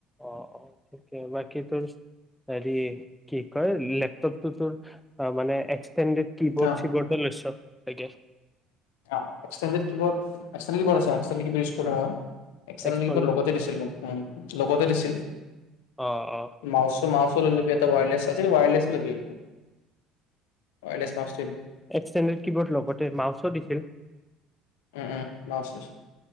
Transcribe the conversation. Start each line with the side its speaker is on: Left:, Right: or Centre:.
Centre: অঁ অঁ থিকে বাকী তোৰ হেৰি কি কয় লেপটপতো তোৰ মানে তেন্তে কীবৰ্ড
Left: অ
Centre: ছীবৰ্ডু লৈছ আই গেছ
Left: অঁ extended keyboard external keyboard external keyboard use কৰা হয়। এক্সটাৰ্নেল
Centre: এক্সপন
Left: কীবৰ্ড লগতে দিছিল মোক উম লগতে দিছিল।
Centre: অ অ
Left: মাউচ মাউচো লৈ লবি এটা ৱাইৰলেছ ৱাইৰলেছে লবি ৱাইৰলেছ মাউচ
Centre: এক্সটেন্দেদ কীবৰ্ড লগতে মাউচো দিছিল।
Left: উম উম মাউচটো